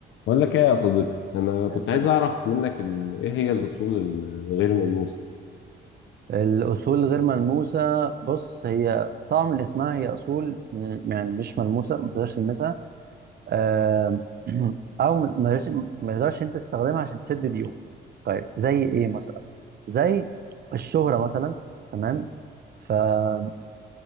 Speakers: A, on the left (about 80°); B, on the right (about 55°).
A: بقول لك ايه يا صديقي انا
B: يا
A: كنت
B: غالي
A: عايز اعرف منك ال... ايه هي الاصول الغير ملموسه
B: الأصول غير ملموسة بص هي طبعا من اسمها هي أصول م- يعني مش ملموسة ما تقدرش تلمسها آم، <clears throat> أو ما تقدرش ما تقدرش أنت تستخدمها عشان تسد ديون طيب زي إيه مثلا؟ زي الشهرة مثلا تمام فالشهرة